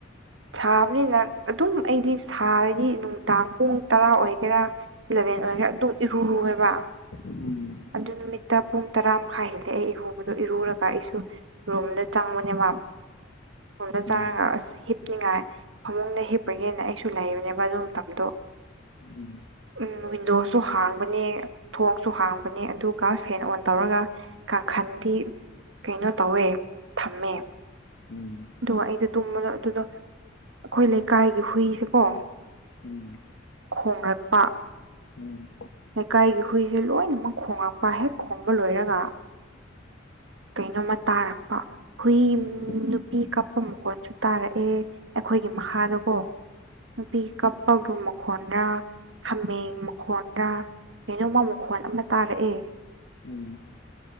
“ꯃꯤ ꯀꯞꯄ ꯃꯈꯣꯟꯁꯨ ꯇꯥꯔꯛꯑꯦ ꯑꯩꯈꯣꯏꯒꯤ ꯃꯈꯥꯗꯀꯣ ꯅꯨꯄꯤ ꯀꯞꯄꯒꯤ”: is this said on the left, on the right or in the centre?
Right